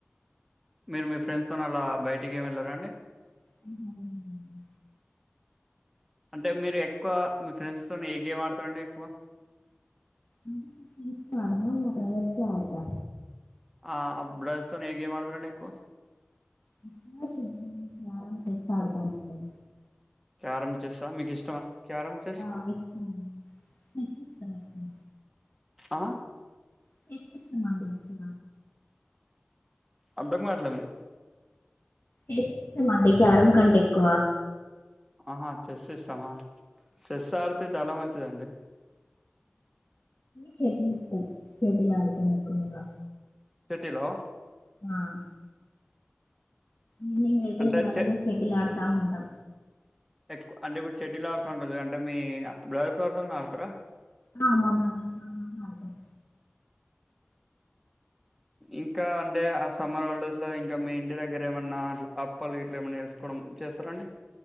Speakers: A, in the centre; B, on the left.
A: మీరు మీ ఫ్రెండ్స్ తోన అలా బయటికి ఏమి వెళ్లారండి.
B: ఉమ్ ఉమ్
A: అంటే మీరు ఎక్కువ మీ ఫ్రెండ్స్ తోని ఏ గేమ్ ఆడతారండి ఎక్కువ.
B: నేను చాలా వరకు మా బ్రదర్స్ తో ఆడుతా.
A: ఆహ్ బ్రదర్స్ తోని ఏ గేమ్ ఆడుతారు అండి ఎక్కువ.
B: ఆహ్ ఎక్కువ చెస్ క్యారం చెస్ ఆడుతాను అండి.
A: క్యారం, చెస్ ఆ మీకు ఇష్టమా. Carrom chess.
B: ఆ ఇష్టం చెస్ ఇష్టం ఎక్కువ
A: ఆహా.
B: చెస్ ఇష్టం అండి ఎక్కువ.
A: అర్దం కవట్లే మీది.
B: చెస్ ఇష్టం అండి క్యారం కంటే ఎక్కువ.
A: ఆహా చెస్ ఇష్టమా. చెస్ ఆడతే చాలా మంచిది. చ్చ అండి.
B: షటిల్ ఇష్టం షటిల్ ఆడతాను ఎక్కువగా.
A: షెటీలా.
B: ఆహ్ ఈవినింగ్ అయితే
A: అంటే
B: చాలుఇగ
A: చె
B: ఆడుత తం ఉంటాం.
A: ఎక్కువ అంటే ఇప్పుడు మీరు షెటిల్ ఆడుతా అంటారు కదా అంటే మీ బ్లదర్స్ వాళ్లతోనే ఆడతారా.
B: ఆహ్ మా బ్రదర్స్ వాళ్లతోనే ఆడతాం.
A: ఇంకా అంటే ఆ సమ్మర్ హాలిడేస్ లో ఇంకా మీ ఇంటి దగ్గర ఏమన్నా అప్పలు ఇట్లా ఏమన్నా చేసుకోవడం చేస్తారండి.